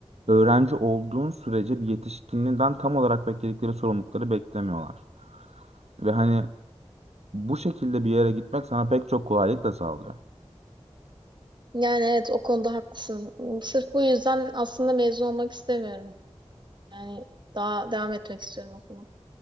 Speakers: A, on the right (about 75°); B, on the right (about 45°).
A: öğrenci olduğun sürece bir yetişkinliğinden tam olarak bekledikleri sorumlulukları beklemiyorlar. Ve hani bu şekilde bir yere gitmek sana pek çok kolaylık da sağlıyor.
B: Yani evet o konuda haklısın. Sırf bu yüzden aslında mezun olmak istemiyorum. Yani daha devam etmek istiyorum okula.